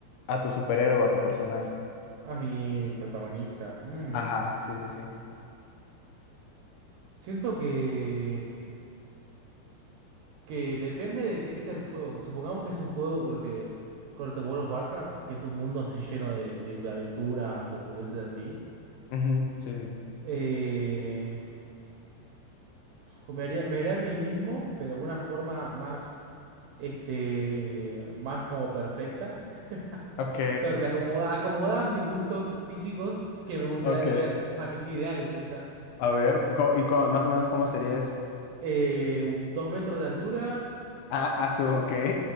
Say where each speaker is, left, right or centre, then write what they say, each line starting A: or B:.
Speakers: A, on the left; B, on the right.
A: a tu superhéroe o a tu personaje?
B: A mi protagonista. mm,
A: Ajá, sí, sí, sí.
B: Siento que. que depende de qué sea el juego. Supongamos que es un juego corte, corte World of Warcraft, que es un mundo así lleno de, de- de aventuras o boludeces así.
A: Ujú, sí, sí. sí.
B: Eh, me haría, me haría a mí mismo, pero una forma más, este, más como perfecta.
A: Ok,
B: <laughs> Corte, acomoda, acomoda a mis gustos físicos que me gustaría
A: <laughs> ok.
B: tener, a mis ideales, ahí está.
A: A ver, co- ¿y co- más o menos cómo sería eso?
B: Eh, dos metros de altura,
A: Ah, ah, su, ok.